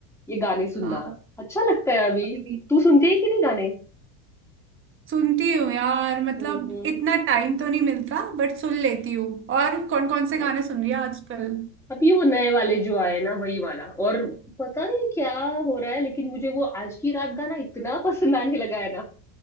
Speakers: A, in the centre; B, on the right (about 25°).
A: ये गाने सुनना
B: हाँ
A: अच्छा लगता है अभी
B: अरे,
A: तू सुनती है कि नहीं गाने
B: सुनती हूँ यार मतलब
A: हम्म हम्म
B: इतना टाइम तो नहीं मिलता बट सुन लेती हूँ और कौन कौन से गाने
A: अच्छा
B: सुन रही हो आजकल
A: अब ये वो नए वाले जो आए ना वही वाला और पता नहीं क्या हो रहा है लेकिन मुझे वो आज की रात गाना इतना <laughs> पसंद आने लगा है ना